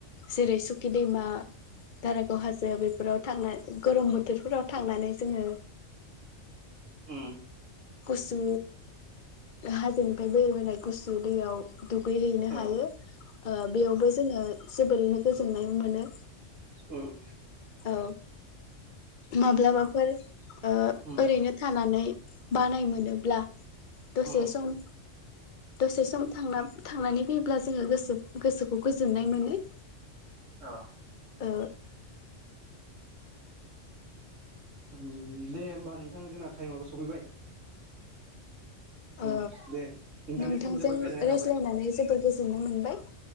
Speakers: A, on the left; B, on the right.
A: जेरै सुखि दैमा, दारागाव हाजो बेफोराव थांना गरम बोथोरफोराव थांनानै जोङो
B: ओम।
A: गुसु हाजोनिफ्राय बोहैबोनाय गुसु दैयाव दुगैहैनो हायो
B: औ
A: ओ बेयावबो जोङो जोबोरैनो गोजोननाय मोनो
B: औ
A: औ। माब्लाबाफोर ओ
B: उम
A: ओरैनो थानानै बानाय मोनोब्ला दसे
B: ओ उम
A: सम दसे सम थांना - थांनानै फैब्ला जोङो गोसो- गोसोखौ गोजोननाय मोनो।
B: अ।
A: ओ।
B: उम दे होमबा नोंथां जोंना टाइमाबो सफैबाय। औ
A: ओ
B: दे नोंथांनिसिम
A: नोंथांजों
B: जोबोद गोजोननाय
A: रायज्लायनानै
B: थाबाय
A: जोबोर गोजोननाय मोनबाय